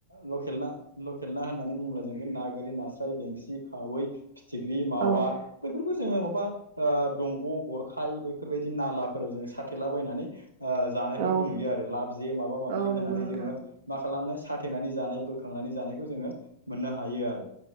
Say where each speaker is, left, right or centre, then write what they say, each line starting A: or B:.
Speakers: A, on the right; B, on the right.
A: लकेल ना लकेल ना होननानै बुङोब्ला जों बे ना, गोरि, नास्राय, बेंसि, खावै, फिथिख्रि, मावा
B: औ
A: बैफोर खौ जोङो माबा दंग' गरखाय बैफोरबायदि नालाफोराव जोङो साथेलाबायनानै ओ जानायफोरखौ
B: औ
A: नुयो आरो लाब जे माबा - माबि
B: औ
A: होनानै
B: नंगौ नोंथां
A: जोङो माख खालामनाय साथेनानै जानाय बोखांनानै जानायखौ जोङो मोननो हायो आरो।